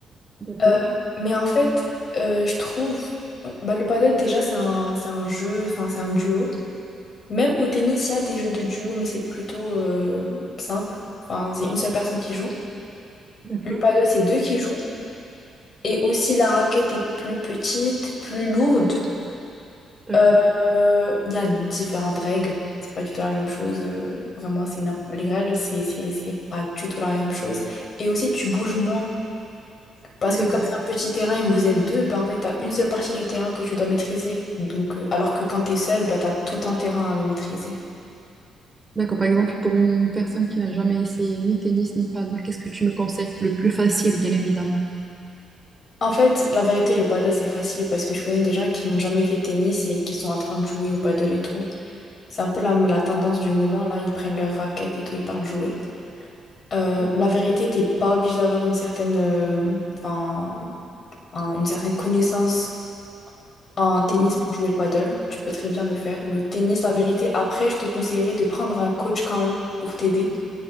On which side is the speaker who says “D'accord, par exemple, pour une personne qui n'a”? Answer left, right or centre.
Right